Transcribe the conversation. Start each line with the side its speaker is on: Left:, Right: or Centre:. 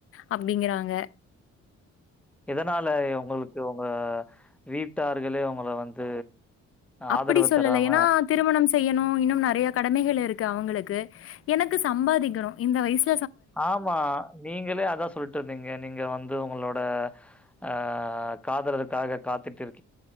Left: அப்புடிங்கிறாங்க
Centre: எதனாலய உங்களுக்கு ஓ வீட்டார்களே உங்கள வந்து
Left: அப்டி
Centre: ஆதரவு
Left: சொல்லல
Centre: தராம
Left: ஏன்னா திருமணம் செய்யணு இன்னும் நறைய கடமைகள் இருக் க் அவுங்களுக்கு எனக்கு சம்பாதிக்கணு இந்த வயஷ்
Centre: ஆமா நீங்களே அதா சொல்லிட்டு இருந்தீங்க நீங்க வந்து உங்களோட ஆ காதலருக்காக காத்துட்டு இரு